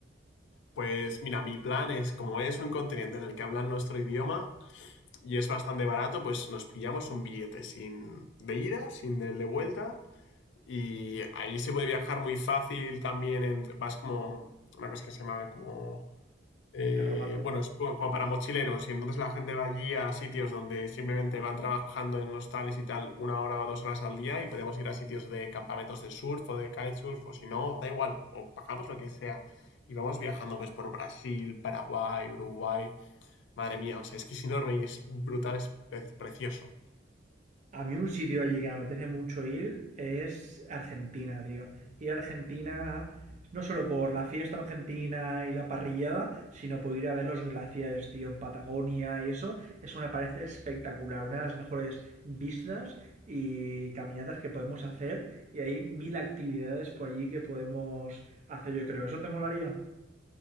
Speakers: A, on the left; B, on the right.
A: Pues mira, mi plan es, como es un continente en el que hablan nuestro idioma, y es bastante barato, pues nos pillamos un billete sin de ida, sin el de vuelta. Y ahí se puede viajar muy fácil también. en- vas como una cosa que se llama como. eh,
B: Carromato.
A: bueno, es como como para mochileros. Y entonces la gente va allí a sitios donde simplemente van trabajando en hostales y tal una hora o dos horas al día. Y podemos ir a sitios de campamentos de surf o de kitesurf. O si no, da igual. O pagamos lo que sea. Y vamos viajando pues por Brasil, Paraguay, Uruguay Madre mía, o sea, es que es enorme y es brutal, es pre- precioso.
B: A mí un sitio allí que me apetece mucho ir es Argentina, tío. Ir a Argentina no solo por la fiesta argentina y la parrillada, sino por ir a ver los glaciares, tío, en Patagonia y eso. Eso me parece espectacular, una de las mejores vistas y caminatas que podemos hacer y hay mil actividades por allí que podemos hacer, yo creo. ¿Eso te molaría?